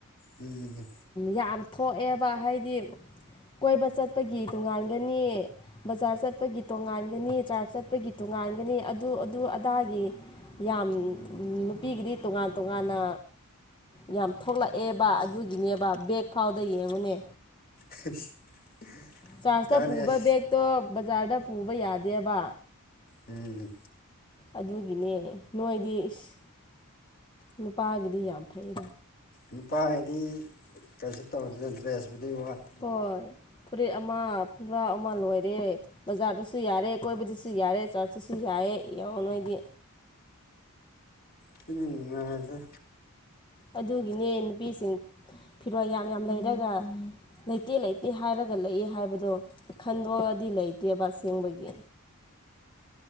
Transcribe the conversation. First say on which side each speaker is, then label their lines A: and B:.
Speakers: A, on the left (about 45°); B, on the left (about 20°).
A: ꯎꯝ
B: ꯌꯥꯝ ꯊꯣꯛꯑꯦꯕ ꯍꯥꯏꯗꯤ ꯀꯣꯏꯕ ꯆꯠꯄꯒꯤ ꯇꯣꯡꯉꯥꯟꯒꯅꯤ ꯕꯖꯥꯔ ꯆꯠꯄꯒꯤ ꯇꯣꯉꯥꯟꯒꯅꯤ ꯆꯥꯔ ꯆꯠꯄꯒꯤ ꯇꯣꯉꯥꯟꯒꯅꯤ ꯑꯗꯨ ꯑꯗꯨ ꯑ ꯗꯥꯒꯤ ꯌꯥꯝ ꯅꯨꯄꯤꯒꯤꯗꯤ ꯇꯣꯉꯥꯟ ꯇꯣꯉꯥꯟꯅ ꯌꯥꯝ ꯊꯣꯛꯂꯛꯑꯦꯕ ꯑꯗꯨꯒꯤꯅꯦꯕ ꯕꯦꯛ ꯐꯥꯎꯗ ꯌꯦꯡꯉꯨꯅꯦ
A: <unintelligible>
B: ꯆꯥꯔꯁꯇ
A: ꯀꯥꯟꯅꯩ
B: ꯄꯨꯕ ꯕꯦꯛꯇꯣ ꯕꯖꯥꯔꯗ ꯄꯨꯕ ꯌꯥꯗꯦꯕ
A: ꯎꯝ
B: ꯑꯗꯨꯒꯤꯅꯦ ꯅꯣꯏꯗꯤ ꯏꯁ ꯅꯨꯄꯥꯒꯤꯗꯤ ꯌꯥꯝ ꯐꯩꯌꯦꯗ
A: ꯅꯨꯄꯥꯒꯤꯗꯤ ꯀꯩꯁꯨ ꯇꯧꯗꯦ ꯗ꯭ꯔꯦꯁꯄꯨꯗꯤ ꯋꯥꯠ
B: ꯍꯣꯏ ꯐꯨꯔꯤꯠ ꯑꯃ ꯈꫭꯡꯒ꯭ꯔꯥꯎ ꯑꯃ ꯂꯣꯏꯔꯦ ꯕꯖꯥꯔꯗꯁꯨ ꯌꯥꯔꯦ ꯀꯣꯏꯕꯗꯁꯨ ꯌꯥꯔꯦ ꯆꯔꯁꯇꯁꯨ ꯌꯥꯏꯌꯦ ꯌꯦꯡꯉꯣ ꯅꯣꯏꯗꯤ
A: ꯁꯤꯅꯦ ꯅꯨꯡꯉꯥꯏꯔꯤꯖꯦ
B: ꯑꯗꯨꯒꯤꯅꯦ ꯅꯨꯄꯤꯁꯤꯡ ꯐꯤꯔꯣꯟ ꯌꯥꯝ ꯌꯥꯝ ꯂꯩꯔꯒ ꯂꯩꯇꯦ ꯂꯩꯇꯦ ꯍꯥꯏꯔꯒ ꯂꯩꯌꯦ ꯍꯥꯏꯕꯗꯣ ꯈꯟꯗꯣꯛꯑꯗꯤ ꯂꯩꯇꯦꯕ ꯑꯁꯦꯡꯕꯒꯤ